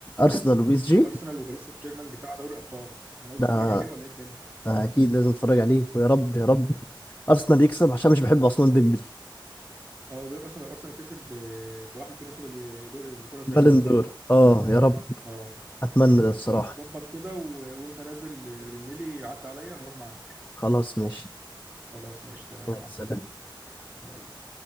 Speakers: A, on the left; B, on the right.
A: ارسنال وبي اس جي
B: ارسنال وباريس سان جيرمان بتاع دوري ابطال ناوي
A: ده
B: تتفرج عليه ولا ايه الدنيا
A: ده اكيد لازم اتفرج عليه ويا رب يا رب ارسنال يكسب عشان مش بحب عثمان ديمبلي
B: اه بيقول لك اصلا لو ارسنال كسب آه، صلاح ممكن ياخد الجول- الكره الذهبيه
A: بالندور
B: السنه دي
A: اه يا رب
B: اه
A: اتمنى ده الصراحه
B: خلاص ظبط كده و... وانت نازل رنلي عدى عليا هروح معاك
A: خلاص ماشي
B: خلاص ماشي تمام يا
A: يلا،
B: معلم
A: سلام
B: باي باي